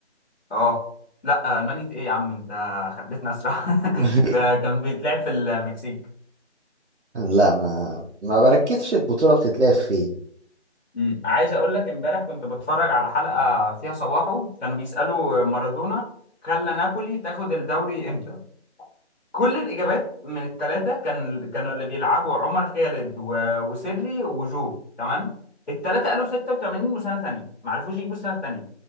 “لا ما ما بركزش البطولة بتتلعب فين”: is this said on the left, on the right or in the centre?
Right